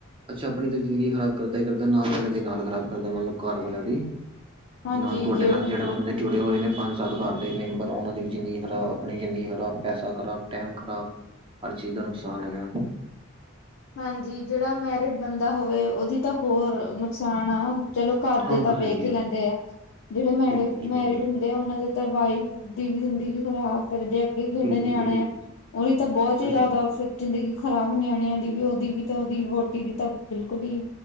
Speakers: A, on the right; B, on the left.
A: ਅੱਛਾ ਆਪਣੀ ਤਾਂ ਜ਼ਿੰਦਗੀ ਖ਼ਰਾਬ ਕਰਦਾ ਈ ਕਰਦਾ ਨਾਲ ਵਾਲਿਆਂ ਦੀ ਨਾਲ ਖ਼ਰਾਬ ਕਰਦਾ ਮਤਲਬ ਘਰ ਵਾਲਿਆਂ ਦੀ।
B: ਹਾਂਜੀ
A: ਨਾਲ ਤੁਹਾਡੇ
B: ਜਿਹੜਾ
A: ਨਾਲ ਜਿਹੜੇ ਬੰਦੇ ਜੁੜੇ ਹੋਏ ਨੇ ਪੰਜ- ਸੱਤ ਘਰ ਦੇ ਮੈਂਬਰ ਉਹਨਾਂ ਦੀ ਵੀ ਜ਼ਿੰਦਗੀ ਖਰਾਬ, ਆਪਣੀ ਜ਼ਿੰਦਗੀ ਖਰਾਬ, ਪੈਸਾ ਖਰਾਬ, ਟਾਈਮ ਖਰਾਬ, ਹਰ ਚੀਜ਼ ਦਾ ਨੁਕਸਾਨ ਹੈਗਾ।
B: ਹਾਂਜੀ ਜਿਹੜਾ ਮੈਰਿਡ ਬੰਦਾ ਹੋਵੇ, ਉਹਦੀ ਤਾਂ ਹੋਰ ਨੁਕਸਾਨ ਆ। ਚਲੋ ਘਾਰ ਦੇ
A: ਹਾਂ ਉਹ
B: ਤਾਂ ਵੇਖ
A: ਹੈ ਹੀ
B: ਈ ਲੈਂਦੇ ਆ, ਜਿਹੜੇ ਮੈ
A: ਬਿਲਕੁਲ ਜੀ
B: ਮੈਰਿਡ
A: ਬਿਲਕੁਲ
B: ਹੁੰਦੇ ਆ ਉਹਨਾਂ ਦੇ ਤੇ ਵਾਈਫ ਦੀ ਵੀ ਖਰਾਬ ਫੇਰ ਜੇ ਅੱਗੇ ਕਹਿੰਦੇ
A: ਬਿਲਕੁਲ
B: ਨਿਆਣੇ
A: ਬਿਲਕੁਲ
B: ਆ ਉਹਦੀ ਤਾਂ ਬੋਹਤ ਹੀ
A: ਸਹੀ
B: ਜ਼ਾਦਾ ਫ ਜ਼ਿੰਦਗੀ ਖ਼ਰਾਬ ਨਿਆਣਿਆਂ ਦੀ ਵੀ, ਉਹਦੀ ਵੀ, ਤਾਂ ਉਹਦੀ ਵੋਹਟੀ ਦੀ ਤਾਂ ਬਿਲਕੁਲ ਹੀ